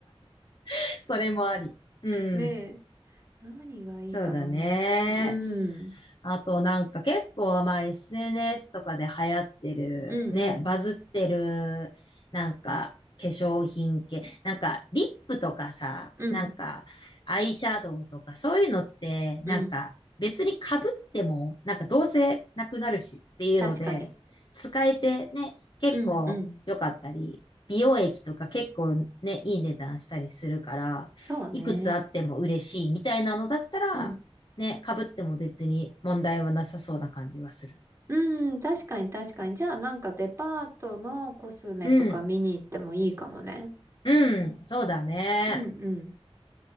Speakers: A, on the left; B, on the right.
A: <laughs> それもあり。うん。
B: ねえ。何がいいかな。
A: そうだね。
B: うん。
A: あとなんか結構まあ SNS とかで流行ってる、
B: うんうん。
A: ね、バズってる、なんか化粧品系、なんかリップとかさ、
B: うん。
A: なんかアイシャドウとかそういうのって、
B: うん。
A: なんか別に被っても、なんかどうせなくなるしっていうので、
B: 確かに。
A: 使えてね、結構良かったり、
B: うんうん。
A: 美容液とか結構ね、いい値段したりするから、
B: そうね。
A: いくつあっても嬉しいみたいなのだったら、
B: うん。
A: ね、被っても別に問題はなさそうな感じはする。
B: うん。確かに確かに。じゃあなんかデパートのコスメとか見に行ってもいいかもね。
A: うん。うん。そうだね。
B: うんうん。